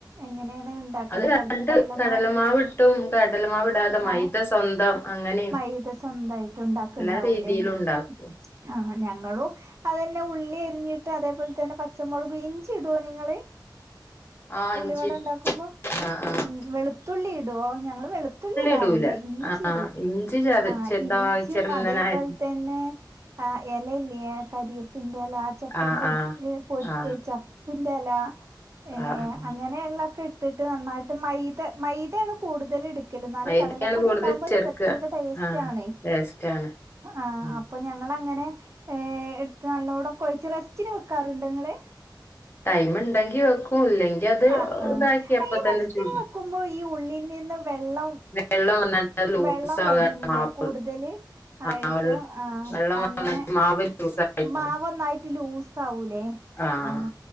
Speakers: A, on the right; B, on the left.
A: എങ്ങനെണ്. ണ്ടാക്കല്
B: അത് രണ്ട്
A: കട കടല
B: കടലമാവ്
A: മാവ്
B: ഇട്ടും കടലമാവ് ഇടാതെ മൈദ
A: ആ
B: സ്വന്തം അങ്ങനെയും
A: മൈദ സ്വന്തായിട്ട് ഉണ്ടാക്കണ്ടാവൂലേ
B: എല്ലാ രീതിയിലും
A: ഞങ്ങ
B: ഉണ്ടാക്കും
A: ആഹ ഞങ്ങളും അത് തന്നെ ഉള്ളി അരിഞ്ഞിട്ട് അതേപോലെ തന്നെ പച്ചമുളക് ഇഞ്ചി ഇടൊ നിങ്ങള്.
B: <inaudible>
A: ഉള്ളിവടണ്ടാക്കുമ്പോ.
B: ഇഞ്ചി ആഹ് ആഹ്
A: വെളുത്തുള്ളി ഇടുവോ ഞങ്ങള് വെളുത്തുള്ളി ഇടാറില്ല
B: ഇടൂല
A: ഇഞ്ചി
B: ആഹ്
A: ചിഇടും
B: ഇഞ്ചി ചത
A: ആ
B: ചെറുതായി
A: ഇഞ്ചിയും
B: ചെറുന്നനെ
A: അതെപോലെതെ
B: അരിഞ്ഞ്
A: പിന്നെ എലെയില്ലേ കാരിയാപ്പിന്റെ എല ചപ്പും
B: ആഹ്
A: പൊതി
B: ആഹ്
A: പൊ
B: ആഹ്
A: ചപ്പിന്റെല ഏ
B: ആഹ്
A: അങ്ങനെള്ളൊക്കെ ഇ ഇട്ടിട്ട് നന്നായിട്ട് മൈത മൈതയാണ് കൂടുതൽ എടുക്കൽ എന്നാലും
B: മൈദയാണ്
A: കടലപ്പൊടി
B: കൂടുതൽ
A: ഉണ്ടാവും ഒരു
B: ചേർക്ക
A: പ്രത്യേക ടെസ്റ്റാണെ
B: ആഹ് ടേസ്റ്റ് ആണ്
A: ആഹ്
B: ഉം
A: അപ്പോ അപ്പൊ ഞങ്ങളങ്ങനെ എടുത്ത് നല്ലോണം കൊഴച്ച് റെസ്റ്റിന് വെക്കാറുണ്ട് ഇങ്ങള്
B: ടൈമ് ഇണ്ടെങ്കി വെക്കും ഇല്ലെങ്കി അത്
A: ആ, ആ
B: ഇതാക്കി അപ്പ
A: ഈ
B: തന്നെ
A: റെസ്റ്റിന്
B: ചുടും
A: വെക്കുമ്പോ ഈ ഉള്ളിൽ നിന്ന് വെള്ളം
B: വെള്ളം വന്നാണ്ട് ലൂസ്
A: വെള്ളം
B: ആവാണ്
A: വരുംല്ലേ
B: മാവ്
A: കൂടുതല് ആയിട്ട്
B: ആഹ്
A: ആ
B: വെള്ളം
A: അങ്ങനെ
B: വന്നാണ്ട് മാവ് ലൂസായി പോവും
A: മാവ് നന്നായിട്ട് ലൂസ് ആവൂലേ
B: ആഹ്
A: ആ